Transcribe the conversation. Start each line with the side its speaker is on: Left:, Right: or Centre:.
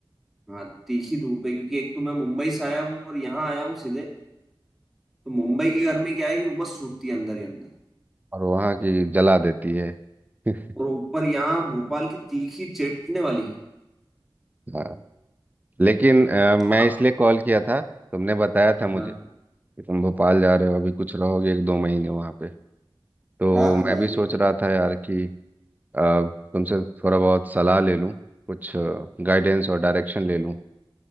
Centre: हाँ तीखी धूप है क्योंकि एक तो मैं मुंबई से आया हूँ और यहाँ आया हूँ सीधे तो मुंबई की गर्मी क्या है कि उमस छूटती है अंदर ही अंदर
Right: और वहाँ की जला देती है <laughs>
Centre: और ऊपर यहाँ भोपाल की तीखी चटने वाली है
Right: हाँ लेकिन अ, मैं
Centre: आप-
Right: इसलिए कॉल किया था तुमने बताया था मुझे
Centre: हाँ
Right: कि तुम भोपाल जा रहे हो अभी कुछ रहोगे एक दो महीने वहाँ पे तो
Centre: हाँ हाँ हाँ
Right: मैं
Centre: भाई
Right: भी
Centre: अभी
Right: सोच
Centre: हूँ
Right: रहा था यार कि अ, तुमसे थोड़ा बहुत सलाह ले लूँ कुछ गाइडेंस और डायरेक्शन ले लूँ